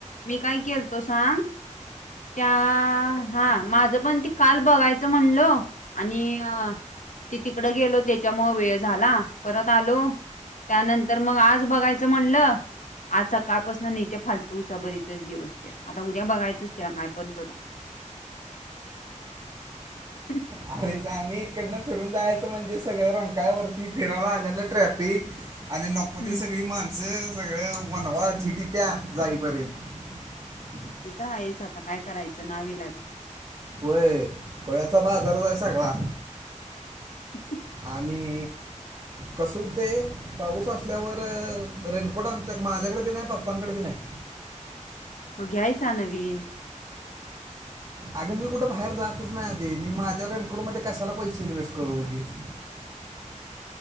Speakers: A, on the left; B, on the right.
A: मी काय केल तो सांग <inaudible> त्या हा माझं पण त काल बघायचं म्हणलो आणि ती तिकड गेलो त्याच्यामुळ वेळ झाला परत आलो त्यानंतर मग आज बघायचं म्हणलं, आज सकाळपासून नाही ते फालतू उसाबरीतच दिवस घे आता उद्या बघायचंच ते ना काय पण करून <inaudible>
B: अरेच आणि एककडनं फिरून जायचं म्हणजे सगळं रंकाळ्यावरती फिरायला आलेलं ट्रॅफिक आणि नको
A: हम्म
B: ते सगळी मान सगळे वनवा झीट त्या्या जाईपयंत, <inaudible>
A: तथं आहेच आता काय करायचं नाविलाज आहे.
B: होय कोळ्याचा बाजारच आहे सगळा,
A: ह्
B: आणि कस ते पाऊस असल्यावर रेनकोट आमच्या माझ्याकडे बी नाही पप्पांकडे बी नाही.
A: मग घ्यायचा नवीन
B: अग मी कुठे बाहेर जातच नाही आध मीझ्या रेनकोडध्ये कशाला पैसे इन्व्हेस्ट करु. करवगीत <inaudible>